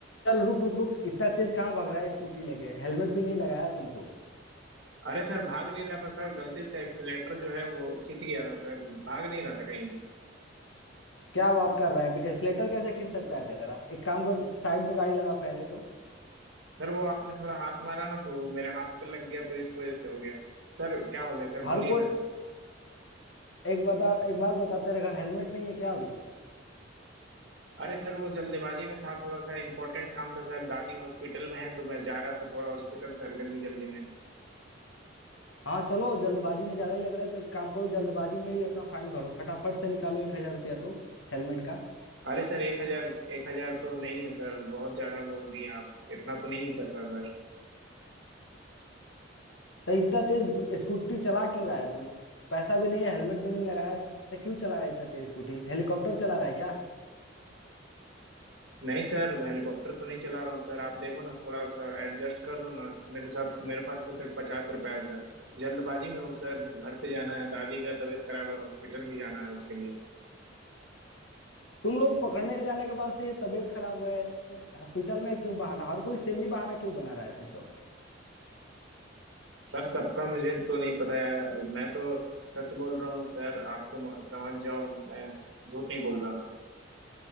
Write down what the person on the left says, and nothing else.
चल रुक रुक रुक इतना तेज कहाँ भाग रहा है स्कूटी लेके हेलमेट भी नहीं लगाया तुम तो
क्या बात कर रहा है एक्सलेटर कैसे खींच सकता है तेरा एक काम कर साइड में गाड़ी लगा पहले तो
हर
कोई
एक बता एक बात बता तेरे घर हेलमेट नहीं है क्या अभी
हाँ चलो जल्दबाजी में ज्यादा ही लग रहा है तो एक काम करो जल्दबाजी में ही अपना फाइन भरो फटाफट से निकालो एक हजार रुपया तो हेलमेट का
तो इतना तेज स्कूटी चला क्यों रहा है तुम पैसा भी नहीं है हेलमेट भी नहीं लगाया तो क्यों चला रहा है इतना तेज स्कूटी हेलीकॉप्टर चला रहा है क्या
तुम लोग पकड़ने जाने के बाद से ये तबीयत खराब है हॉस्पिटल में क्यों बहाना हर कोई सेम ही बहाना क्यों बना रहा है तुम सब